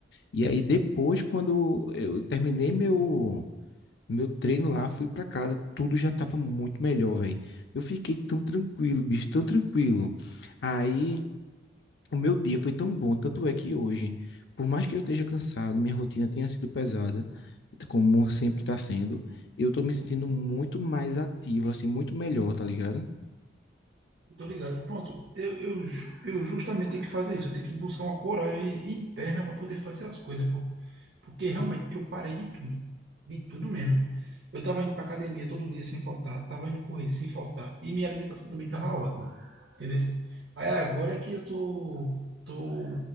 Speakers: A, on the left (about 60°); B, on the right (about 60°).
A: E aí depois, quando eu terminei meu meu treino lá, fui pra casa, tudo já tava muito melhor, velho. Eu fiquei tão tranquilo, bicho, tão tranquilo. Aí o meu dia foi tão bom, tanto é que hoje, por mais que eu esteja cansado, minha rotina tenha sido pesada, como sempre está sendo, eu tô me sentindo muito mais ativo, assim, muito melhor, tá ligado?
B: Tô ligado. Pronto, eu, eu, ju- eu justamente tenho que fazer isso. Eu tenho que buscar uma coragem interna para poder fazer as coisas, pô. Porque realmente eu parei de tudo, de tudo mesmo. Eu tava indo para academia todo dia sem faltar, tava indo correr sem faltar e minha alimentação também tava ótima, entendeu? Aí agora é que eu tô, tô